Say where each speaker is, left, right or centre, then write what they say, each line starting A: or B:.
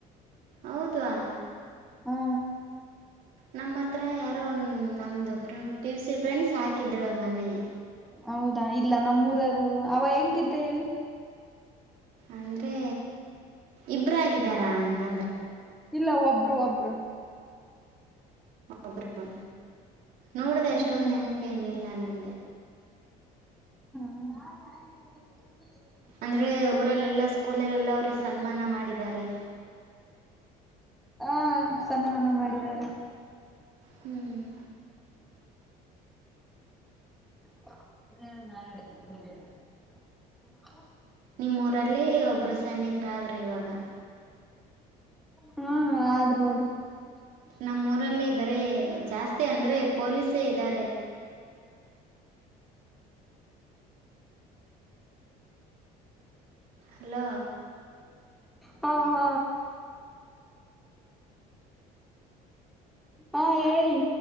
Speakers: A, on the right; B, in the centre.
A: ಹೌದ್ವಾ
B: ಹಾ
A: ನಮ್ಮ ಹತ್ರ ಯಾರೋ ಒನ್ ನಮ್ದು ಪಿ ಯು ಸಿ ಫ್ರೆಂಡ್ಸ್ ಹಾಕಿದ್ಳು ಮನ್ನೆೆ
B: ಹೌದಾ ಇಲ್ಲ ನಮ್ಮೂರರು ಅವ ಹೆಂಗಿದ್ದ ಹೇಳಿ
A: ಅಂದ್ರೆ ಇಬ್ರಾಗಿದ್ದಾರ ಹಂಗಂದ್ರ್
B: ಇಲ್ಲ ಒಬ್ರು ಒಬ್ರು
A: ಒಬ್ರು ನೋಡ್ದೆ
B: ಹ್ಮ್
A: ಅಷ್ಟೊಂದ್ ನೆನ್ಪೇನ್ ಇಲ್ಲ ನಮ್
B: ಹ್ಮ್
A: ಅಂದ್ರೆ ಊರಲ್ಲೆಲ್ಲಾ ಸ್ಕೂಲಲ್ಲೆಲ್ಲ ಅವರು ಸನ್ಮಾನ ಮಾಡಿದ್ದಾರೆ
B: ಹಾ ಸನ್ಮಾನ ಮಾಡಿದ್ದಾರೆ
A: ಹ್ಮ್
B: <unintelligible>
A: ನಿಮ್ಮೂರಲ್ಲಿ ಒಬ್ರು ಸೈನಿಕರಾದ್ರು ಇವಾಗ
B: ಹಾ ಆದ್ರ ನೋಡ್ರಿ
A: ನಮ್ಮೂರಲ್ಲಿ ಬರೆ ಜಾಸ್ತಿ ಅಂದ್ರೆ ಪೊಲೀಸೇ ಇದಾರೆ ಹಲೋ
B: ಹಾ ಹಾ ಹಾ ಹೇಳಿ